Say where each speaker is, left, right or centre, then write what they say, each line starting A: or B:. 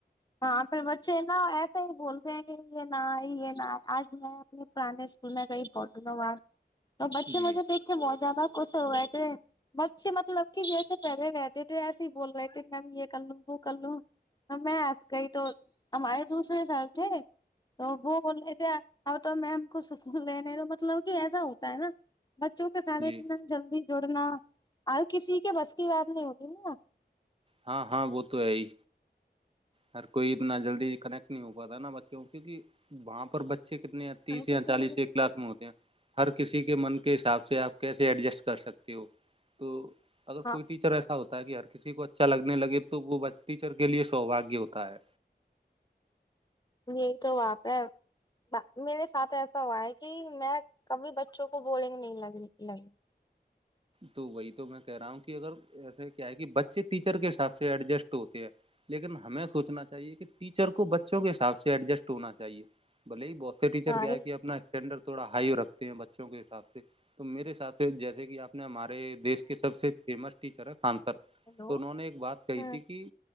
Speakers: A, on the left; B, on the right.
A: ہاں پھر بچے نہ ایسے ہی بولتے ہیں کہ یہ نہ یہ نہ آج میں اپنے پرانے اسکول میں کہئی پٹنوںا تو بچے
B: جی
A: مجھے دیکھ کے موج ب کچھ ہوئے تھے بچے مطلب کہ جیسے پہلے رہتے تھے ایسے ہی بول رہے تھے میںیم یہ کر لوں وہ کر لوں میں آپ کہئی تو ہمارے دوسرے ساحب تھے تو وہ بول رہے تھے اب تو میم کو سکول لنے تو مطلب کہ ایسا ہوتا ہے نا بچوں کے ساتھے
B: جی
A: جلدی جڑنا اورر کسی کے بس کی بات نہیں ہوتی نا نا
B: ہاں ہاں وہ تو ہے ہی ہر کوئی اتنا جلدی کنیکٹ نہیں ہو پاتا نا بچیوں کیونک کہ وہاں پر بچے کتنے
A: نا
B: تیس یا چالیس کے کلاس میں ہوتے ہیں ہر کسی کے من کے حساب سے آپ کیسے ایڈجسٹ کر سکتے ہو تو اگر
A: ہاں
B: کوئی ٹیچر ایسا ہوتا ہے کہ ہر کسی کو اچھا لگنے لگے تو وہ ٹیچر کے لیے سوباگیہ ہوتا ہے
A: یہی تو واپ ہے میرے ساتھ ایسا ہوا ہے کہ میں کبھی بچوں کو بولیں گے نہیں لگ لگی
B: تو وہی تو میں کہہ رہا ہوں کہ اگر ایسے کیا ہے کہ بچے ٹیچر کے حساب سے ایڈجسٹ ہوتے ہیں لیکن ہمیں سوچنا چاہیے کہ ٹیچر کو بچوں کے حساب سے ایڈجسٹ ہونا چاہیے بلے ہی بہتتے ٹیچر
A: ہاں
B: کیا کیا اپنا اسٹینڈرڈ تھوڑا ہائی رکھتے ہیں بچوں کے حساب سے تو میرے ساتھ سے جیسے کہ آپ نے ہمارے دیش کے سب سے فیمس ٹیچر ہے کانتر
A: ہیلو
B: تو انہوں نے ایک بات کہی
A: ارے
B: تھی کہ